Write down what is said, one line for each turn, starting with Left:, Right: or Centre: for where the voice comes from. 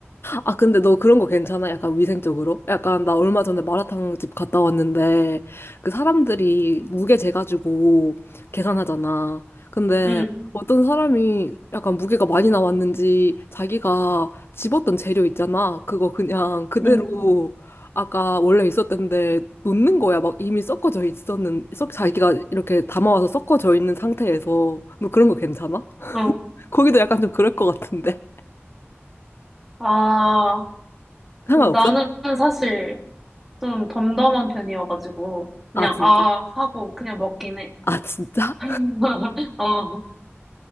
Left: 아, 근데 너 그런 거 괜찮아? 약간 위생적으로? 약간 나 얼마 전에 마라탕 집 갔다 왔는데 그 사람들이 무게 재가지고 계산하잖아. 근데
Centre: 응,
Left: 어떤 사람이 약간 무게가 많이 나왔는지 자기가 집었던 재료 있잖아. 그거 그냥 그대로
Centre: 응,
Left: 아까 원래 있었던데 놓는 거야. 막 이미 섞어져 있었는, 섞, 자기가 이렇게 담아와서 섞어져 있는 상태에서 너 그런 거 괜찮아?
Centre: 어.
Left: 거기도 약간 좀 그럴 것 같은데.
Centre: 아,
Left: <laughs> 상관없어?
Centre: 근데 나는 사실 좀 덤덤한 편이어가지고, 그냥
Left: 아, 진짜?
Centre: 아 하고 그냥 먹긴 해.
Left: 아, 진짜?
Centre: <laughs> 어,